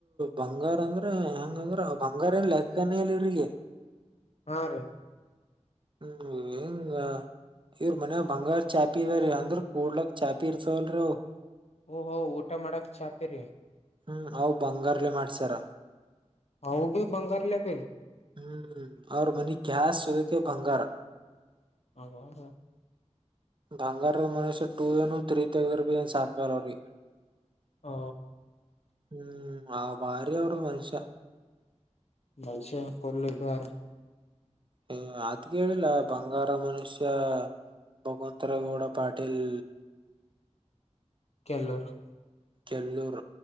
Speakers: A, on the right; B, on the left.
A: ಬಂಗಾರ ಅಂದ್ರ ಹೆಂಗಂದ್ರ ಬಂಗಾರ ಏನ್ ಲೆಕ್ಕನಲಿ ಇವ್ರಿಗೆ
B: ಹಾ ರೀ
A: ಹ್ಮ್ <unintelligible> ಇವ್ರ ಮನ್ಯ ಬಂಗಾರ ಚಾಪಿ ಇದಾರೀ ಅಂದ್ರ ಕೂಡ್ಲಕ್ಕ ಚಾಪಿ ಇರ್ತವಲ್ರೀ ಅವ
B: ಓ ಹೊ ಊಟ ಮಾಡಕ್ ಛಾತಿರಿ
A: ಹ್ಮ್ ಅವ್ ಬಂಗಾರಲೆ ಮಾಡ್ಸಾರ
B: ಹೌ ಬಿ ಬಂಗಾರಲೆಫ
A: ಹ್ಮ್ ಅವ್ರ ಮನಿ ಗ್ಯಾಸ್ ಅದಕ್ಕೆ ಬಂಗಾರ
B: ಹಬ ಹ
A: ಬಂಗಾರದ ಮನುಷ್ಯ ಟು ಏನು ಥ್ರೀ ತಗರ್ಬ ಏನ್ ಸಾಕಾಲರಿ
B: ಹ
A: ಹ್ಮ್ ಆ ಭಾರ ಅವರ ಮನುಷ್ಯ
B: ಮೆ ಕೊಲದಾರ
A: ಹ ಅದೇಳಿಲ್ಲ ಬಂಗಾರ ಮನುಷ್ಯ ಭಗವಂತರ ಗೌಡ ಪಾಟೀಲ್
B: ಕಲ್ಲೂರ್
A: ಕೆಲ್ಲೂರ್